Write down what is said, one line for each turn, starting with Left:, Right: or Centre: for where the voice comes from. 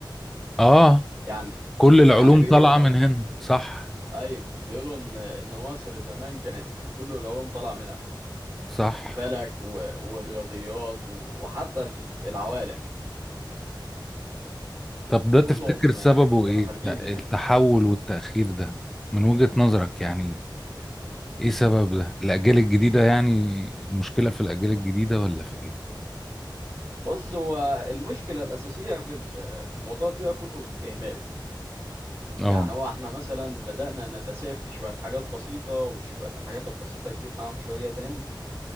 Centre: اه
Right: يعني
Centre: كل العلوم
Right: يعني بيقولوا
Centre: طالعه
Right: ان
Centre: آه. من هنا صح
Right: ايوه بيقولوا ان ان مصر زمان كانت كل العلوم طالعه منها
Centre: صح
Right: فلك و... ورياضيات و... وحتى ال- العوالم
Centre: طب ده تفتكر
Right: كلهم
Centre: سببه
Right: آه، كانوا
Centre: ايه
Right: خارجين
Centre: لا،
Right: من
Centre: التحول
Right: هنا
Centre: والتأخير ده من وجهة نظرك يعني ايه سبب ده الاجيال الجديده يعني المشكله في الاجيال الجديده ولا في ايه
Right: بص هو المشكله الاساسيه في ال- في الموضوع ده كله الاهمال
Centre: اه
Right: يعني هو احنا مثلا بدأنا نتساهل في شوية حاجات بسيطة وشوية الحاجات البسيطة تجيب معاهم شوية تاني